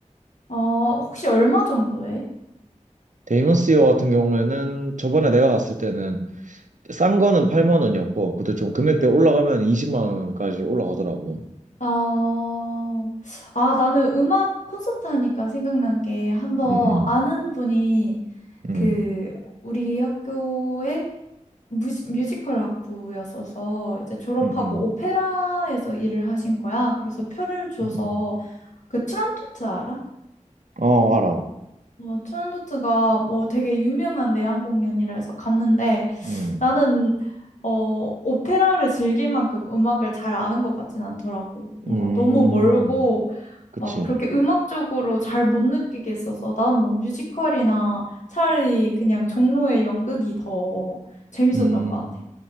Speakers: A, on the left; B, on the right.
A: 어, 혹시 얼마 정도 해?
B: 데이먼스 이어 같은 경우에는 저번에 내가 갔을 때는 싼 거는 8만 원이었고, 그때 좀 금액대 올라가면 20만 원까지 올라가더라고.
A: 아, 아, 나는 음악 콘서트 하니까 생각난 게 한번
B: 응, 응,
A: 아는 분이
B: 응,
A: 그 우리 학교의 뮤지, 뮤지컬 학부였어서 이제 졸업하고
B: 응, 응,
A: 오페라에서 일을 하신 거야. 그래서 표를 줘서
B: 응.
A: 그 트란토트 알아?
B: 음 어, 알아.
A: 어, 트란토트가 뭐 되게 유명한 내한 공연이라 해서 갔는데
B: 응.
A: 나는 어, 오페라를 즐길 만큼 음악을 잘 아는 것 같진 않더라고. 뭔가
B: 음,
A: 너무 멀고
B: 그치.
A: 막 그렇게 음악적으로 잘 못 느끼게 했어서 난 뭐 뮤지컬이나 차라리 그냥 종로의 연극이 더 재밌었던
B: 음,
A: 것 같아.